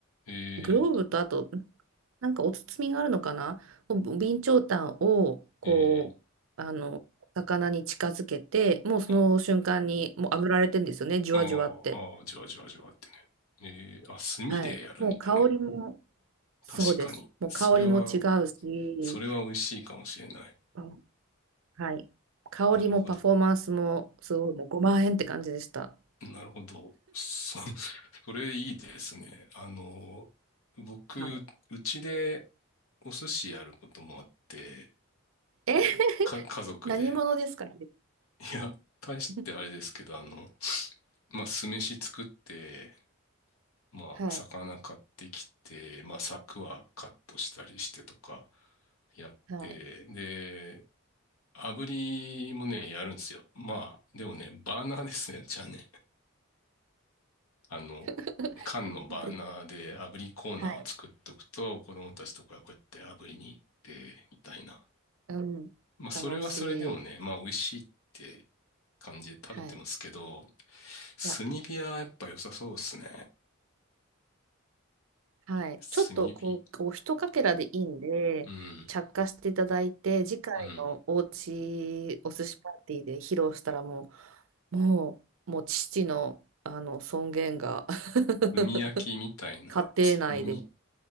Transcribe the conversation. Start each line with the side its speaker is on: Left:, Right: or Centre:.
Left: へえ、
Right: グローブとあと、なんかお包みがあるのかなお備長炭を、こう、
Left: へえ、
Right: あの、魚に近づけて、もうその瞬間に、
Left: あ、
Right: もう炙られてるんですよね、じゅわじゅわって。
Left: ああ、ああ、じわじわじわってね。ええ、あ、炭でやるんだね。
Right: はい。もう香りも、そうです。
Left: 確かに。
Right: もう香りも違うし、
Left: それは、それは美味しいかもしれない。
Right: あはい。香りもパフォーマンスも、
Left: なるほど。
Right: すごい、もう5万円って感じでした。
Left: なるほど。そ、<laughs> それいいですね。あの、僕、
Right: はい。
Left: うちでお寿司やることもあって、
Right: え <laughs>、
Left: か、家族で。
Right: 何者ですかね
Left: いや、大してあれですけど、
Right: <laughs>
Left: あの、まあ、酢飯作って、まあ、
Right: はい。
Left: 魚買ってきて、まあ、柵はカットしたりしてとかやって、
Right: はい。
Left: で、炙りもね、やるんですよ。まあ、でもね、バーナーですね、じゃあね。あの、
Right: <laughs>
Left: 缶のバーナーで炙りコーナーを作っとくと、
Right: で、はい。
Left: 子供たちとかがこうやって炙りに行って、みたいな。
Right: うん。
Left: まあ、それはそれでもね、
Right: 楽しい。
Left: まあ、美味しいって感じで食べてますけど、
Right: はい。いや
Left: 炭火はやっぱ良さそうですね。
Right: はい、
Left: 炭火。
Right: ちょっとこう、こう一かけらでいいんで、
Left: うん。
Right: 着火していただいて、次回のおうちお寿司パーティーで披露したらも
Left: うん。
Right: う、もう、もう父の、あの尊厳が <laughs>
Left: 炭焼きみたいな、
Right: 家庭内で、
Left: 炭。